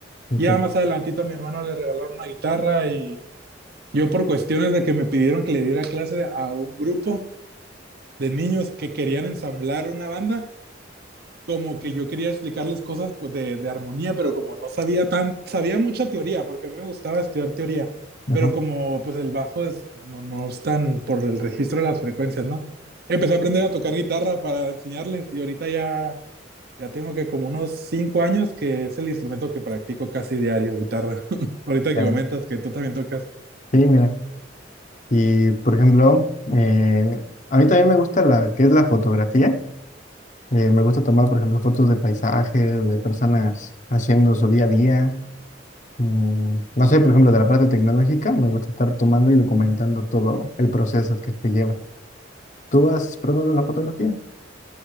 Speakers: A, on the left (about 40°); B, on the right (about 55°).
A: Ok,
B: Ya más adelantito a mi hermano le regalaron una guitarra y yo por cuestiones de que me pidieron que le diera clase a un grupo de niños que querían ensamblar una banda, como que yo quería explicarles cosas co- de, de armonía, pero como no sabía tan, sabía mucha teoría, porque a mí me gustaba estudiar teoría, pero
A: Ajá.
B: como pues el bajo es, no, no es tan por el registro de las frecuencias, ¿no? Empecé a aprender a tocar guitarra para enseñarles y ahorita ya ya tengo que como unos cinco años que es el instrumento que practico casi diario, guitarra. <laughs> Ahorita
A: Ya.
B: que comentas que tú también tocas.
A: Sí, mira. Y, por ejemplo, eh, a mí también me gusta la que es la fotografía. Eh, me gusta tomar, por ejemplo, fotos de paisajes, de personas haciendo su día a día. Mm, no sé, por ejemplo, de la parte tecnológica, me gusta estar tomando y documentando todo el proceso que se lleva. ¿Tú has probado la fotografía?